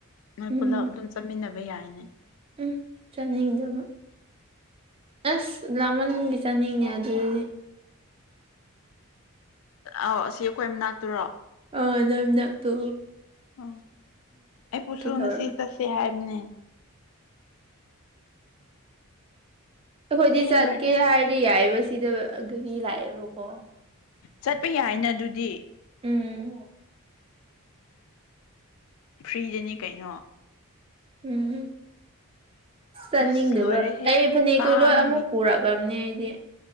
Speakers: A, on the left; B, on the right.
A: ꯅꯣꯏ
B: ꯎꯝ
A: ꯄꯨꯂꯞ ꯑꯗꯨꯝ ꯆꯠꯃꯤꯟꯅꯕ ꯌꯥꯏꯅꯦ
B: ꯎꯝ ꯆꯠꯅꯤꯡꯗꯕ ꯑꯁ ꯂꯃꯟ ꯒꯤ ꯆꯅꯤꯡꯉꯦ ꯑꯗꯨꯏ
A: ꯑꯥꯎ ꯑꯁꯤ ꯑꯩꯈꯣꯏ ꯃꯅꯥꯛꯇꯨꯔꯣ
B: ꯑꯣ ꯅꯝꯅꯞ ꯇꯨ
A: ꯑꯧ ꯑꯩꯄꯨꯁꯨ
B: ꯇꯧꯔꯝꯃꯦ
A: ꯉꯁꯤ ꯆꯠꯁꯦ ꯍꯥꯏꯕ ꯅꯦ
B: ꯑꯈꯣꯏꯗꯤ ꯆꯠꯀꯦ
A: ꯂꯣꯏꯔꯦ
B: ꯍꯥꯏꯔꯗꯤ ꯌꯥꯏꯌꯦꯕ ꯁꯤꯗ ꯑꯗꯨꯒꯤ ꯂꯥꯑꯦꯕꯀꯣ
A: ꯆꯠꯄ ꯌꯥꯏꯅ ꯑꯗꯨꯗꯤ
B: ꯎꯝ
A: ꯐ꯭ꯔꯤꯗꯅꯤ ꯀꯩꯅꯣ
B: ꯎꯝ ꯆꯠꯅꯤꯡꯗꯕ
A: ꯑꯁ ꯂꯣꯏꯔꯦ ꯍꯦꯛ
B: ꯑꯩ ꯐꯅꯦꯛꯇꯣ
A: ꯀꯥꯡꯒꯤ
B: ꯂꯣꯏ ꯑꯃꯨꯛ ꯄꯨꯔꯛꯑꯕꯝꯅꯦ ꯑꯩꯗꯤ